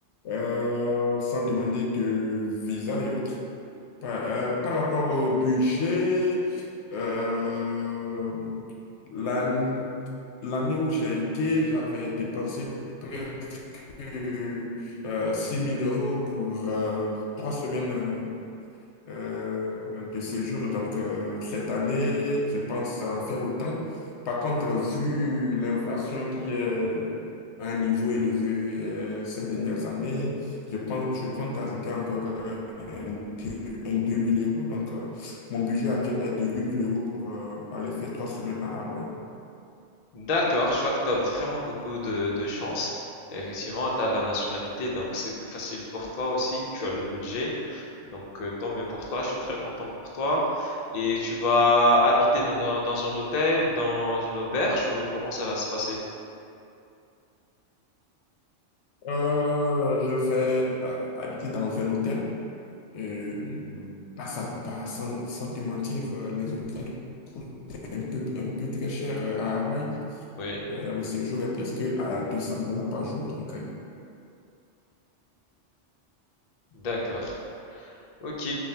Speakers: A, on the left; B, on the left.
A: euh, sans demander de visa et autres. Par, euh, par rapport au budget, euh, l'an- l'année où j'ai été, j'avais dépensé près de euh, 6 000 euros pour euh, trois semaines euh, euh, de séjour. Donc, euh, cette année, je pense en faire autant. Par contre, vu l'inflation qui est à un niveau élevé euh, ces dernières années, je pense, je compte ajouter encore un, petit- un 2000 euros. Donc, euh, mon budget actuel est de 8000 euros pour euh, aller faire trois semaines à Hawaï.
B: D'accord, je vois que tu as vraiment beaucoup de, de chance. Effectivement, tu as la nationalité, donc c'est plus facile pour toi aussi. Tu as le budget, donc euh, tant mieux pour toi. Je suis très content pour toi. Et tu vas habiter dans, dans, dans un hôtel, dans une auberge, ou comment ça va se passer?
A: Euh, je vais ha- habiter dans un hôtel. Euh, pas sa- pas sans, sans te mentir, euh, les hôtels coûtent un peu, un peu très cher euh, à Hawaï.
B: Oui,
A: Euh, le séjour est presque à 200 dollars par jour. Donc, euh,
B: d'accord. Ok.